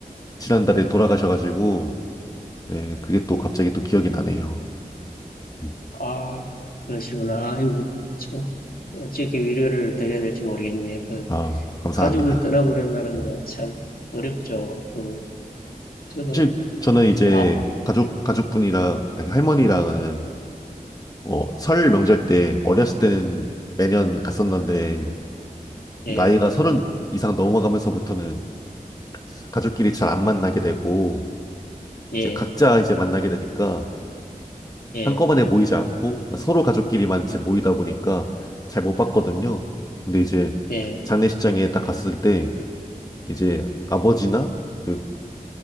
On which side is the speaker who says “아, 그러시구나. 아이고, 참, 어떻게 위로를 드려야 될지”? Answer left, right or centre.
Left